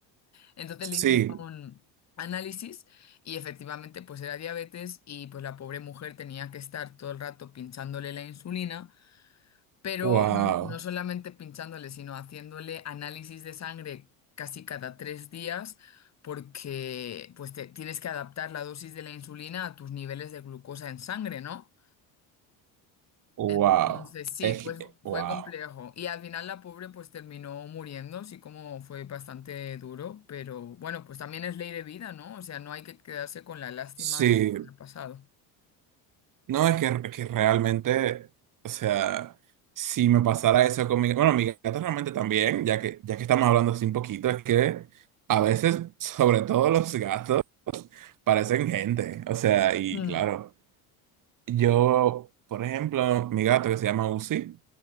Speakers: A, on the left; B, on the right.
A: Entonces
B: Sí,
A: le hicieron análisis y efectivamente pues era diabetes y pues la pobre mujer tenía que estar todo el rato pinchándole la insulina pero
B: wow,
A: no, no solamente pinchándole, sino haciéndole análisis de sangre casi cada tres días, porque pues te- tienes que adaptar la dosis de la insulina a tus niveles de glucosa en sangre, ¿no?
B: wow,
A: Entonces sí,
B: es,
A: pues fue
B: wow.
A: complejo. Y al final la pobre pues terminó muriendo, sí como fue bastante duro, pero bueno, pues también es ley de vida, ¿no? O sea, no hay que quedarse con la lástima
B: Sí,
A: de que ha pasado.
B: no, es que, es que realmente, o sea, si me pasara eso con mi bueno, mi gata realmente también, ya que, ya que estamos hablando así un poquito, es que a veces, <laughs> sobre todo los gatos, parecen gente, o sea, y
A: Mm.
B: claro, yo, por ejemplo, mi gato que se llama Uzi,